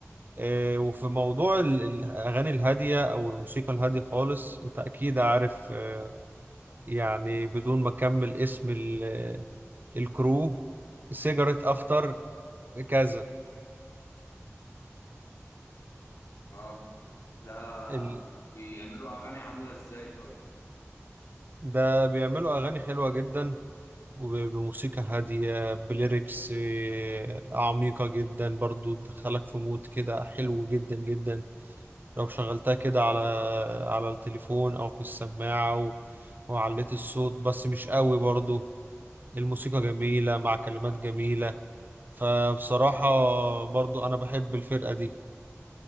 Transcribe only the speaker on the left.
اه ده
بيعملوا اغاني عاملة ازاي طيب